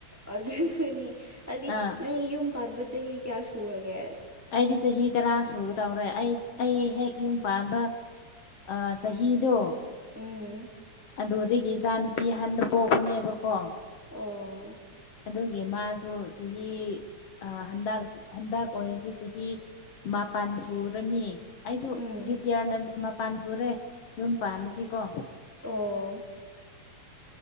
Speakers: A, in the centre; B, on the left.
A: ꯑꯗꯨꯒꯅꯤ ꯍꯥꯏꯗꯤ
B: ꯑꯥ
A: ꯅꯪꯗꯤ ꯌꯨꯝ ꯄꯥꯟꯕ ꯆꯍꯤ ꯀꯌꯥ ꯁꯨꯔꯒꯦ꯫
B: ꯑꯩꯗꯤ ꯆꯍꯤ ꯇꯔꯥ ꯁꯨꯒꯗꯧꯔꯦ ꯑꯩ ꯑꯩ ꯍꯦꯛ ꯌꯨꯝ ꯄꯥꯟꯕꯥ ꯑꯥ ꯆꯍꯤꯗꯣ꯫
A: ꯎꯝ꯫
B: ꯑꯗꯨꯗꯒꯤ ꯏꯆꯥ ꯅꯨꯨꯄꯤ ꯑꯍꯟꯗꯣ ꯄꯣꯛꯄꯅꯦꯕꯀꯣ꯫
A: ꯑꯣ꯫
B: ꯑꯗꯨꯒꯤ ꯃꯥꯁꯨ ꯆꯍꯤ ꯑ ꯍꯟꯗꯛ ꯍꯟꯗꯛ ꯑꯣꯏꯔꯗꯤ ꯆꯍꯤ ꯃꯥꯄꯟ ꯁꯨꯔꯅꯤ꯫ ꯑꯩꯁꯨ
A: ꯎꯝ
B: ꯗꯤꯁ ꯢꯌꯥꯔꯅ ꯃꯄꯥꯟ ꯁꯨꯔꯦ ꯌꯨꯝ ꯄꯥꯝꯕꯁꯤꯀꯣ꯫
A: ꯑꯣ꯫